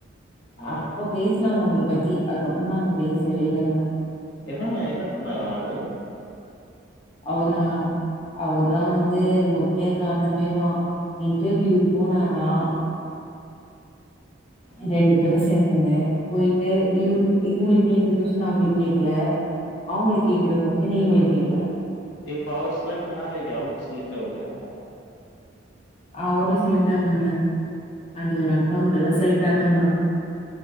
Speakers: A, on the left (about 65°); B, on the left (about 30°).
A: ஆ
B: அப்ப பேசினாங்க உங்க பத்தி அதுக்கப்பற நாங்க பேசவேல்லங்க
A: என்னங்க என்ன பண்ணாரா அவரு
B: அவ்ரா அவரு தா வந்து முக்கிய காரணமேவா இன்டர்வியூ போனாரா
A: ம்.
B: ரெண்டு பேரு சேந்துகினு போயிட்டு இவ்
A: ம்.
B: இவங்களுக்கு கேக்குற கொஸ்டின் அவங்களுக்கு கேக்கல அவங்களுக்கு கேக்குற கொஸ்டின் இவங்களுக்கு கேக்கல
A: இப்ப அவரு செலக்டானாரா இல்லயா அவரு செலக்ட் ஆவலயா
B: அவரு செலக்ட் ஆகலங்க அந்த ஒரு அக்கா மட்டும் தா செலக்ட் ஆனாங்களாம்